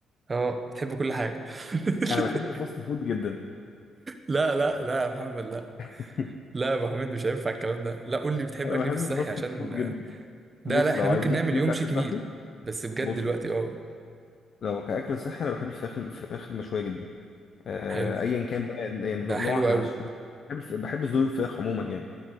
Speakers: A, on the right; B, on the left.
A: اه بتحب كل حاجه <laughs>
B: أنا بحب الفاست فود جدا
A: لا لا لا يا محمد لا
B: <laughs>
A: لا يا ابو حميد مش هينفع الكلام ده لا قول لي بتحب
B: أنا
A: اكل ايه
B: بحب
A: في الصحي
B: الفاست
A: عشان
B: فود جدا
A: ده
B: بص
A: لا احنا
B: لو
A: ممكن
B: عايزين
A: نعمل
B: نتكلم
A: يوم
B: في أكل
A: شيت
B: صحي
A: ميل بس بجد
B: بص
A: دلوقتي
B: بص.
A: اه
B: لو كأكل صحي أنا بحب الفراخ الفراخ المشوية جدا آه،
A: حلو
B: أيا كان بقى يعني نوعها
A: ده حلو قوي
B: مش بحب الف- بحب صدور الفراخ عموما يعني